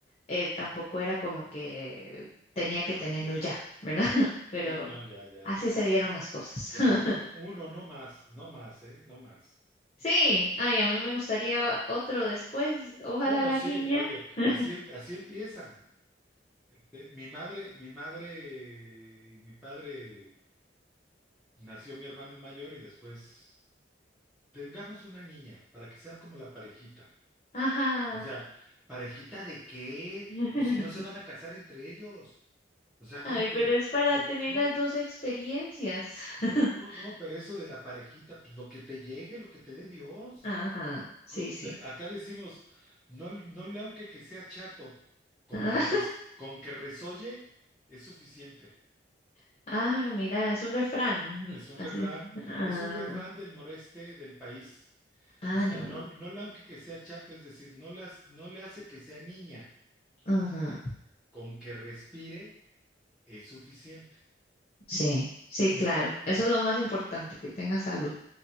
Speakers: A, on the left; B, in the centre.
A: eh, tampoco era como que tenía que tenerlo ya, ¿verdad? <laughs> Pero
B: Sí, no, ya, ya,
A: así
B: ya.
A: se dieron las cosas.
B: Ya
A: <laughs>
B: uno, uno, no más, no más, ¿eh? No más.
A: Sí, ay, a mí me gustaría otro después. Ojalá
B: Bueno,
A: la
B: sí,
A: niña.
B: oye,
A: <laughs>
B: así, em- así empiezan. Eh, Mi madre, mi madre y mi padre nació mi hermano el mayor y después tengamos una niña para que sea como la parejita.
A: Ajá.
B: O sea, ¿parejita de qué?
A: <laughs>
B: Pues si no se van a casar entre ellos. O sea,
A: Ay,
B: como que
A: pero es para
B: yo,
A: tener
B: uh,
A: las dos experiencias.
B: no,
A: <laughs>
B: no, no, pero eso de la parejita, pues lo que te llegue, lo que te dé Dios.
A: Ajá, sí,
B: co-
A: sí.
B: de- acá decimos, no, no le aunque que sea chato, con
A: Ah,
B: que, res- con que resolle es suficiente.
A: <laughs> ah, mira, es un refrán.
B: Es un
A: Así.
B: refrán,
A: Ah,
B: es un refrán del noreste del país.
A: ah,
B: O sea,
A: yo
B: no,
A: vi.
B: no le aunque que sea chato, es decir, no le, has- no le hace que sea niña,
A: Ujú,
B: con que respire es suficiente.
A: Sí, sí, claro. Eso es lo más importante, que tenga salud.